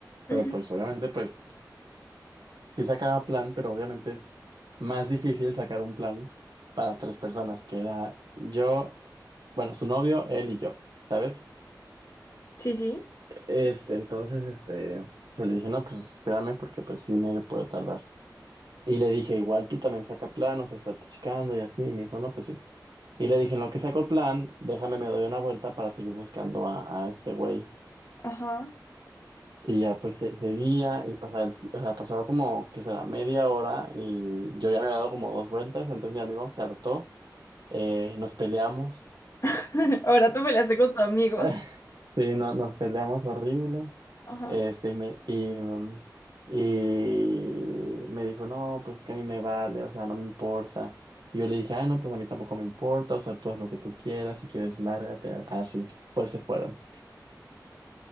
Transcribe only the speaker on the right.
pero
pues obviamente, pues Sí sacaba plan, pero obviamente es más difícil sacar un plan para tres personas, que era yo, bueno, su novio, él y yo, ¿sabes?
Este, entonces, este, pues le dije, no, pues espérame porque pues sí medio puedo tardar. Y le dije, igual tú también saca plan, o sea, estate checando y así. Y me dijo, no, pues sí. Y le dije, en lo que saco el plan, déjame me doy una vuelta para seguir buscando a, a este güey.
Y ya pues se- seguía y pasaba, el ti- o sea, pasaba como que será media hora y yo ya me había dado como dos vueltas, entonces mi amigo se hartó, eh, nos peleamos,
<laughs> sí, no- nos peleamos horrible,
este, y me, y, mm, y me dijo, no, pues que a mí me vale, o sea, no me importa. Y yo le dije, ah, no, pues a mí tampoco me importa, o sea, tú haz lo que tú quieras, si quieres, lárgate, así, pues se fueron.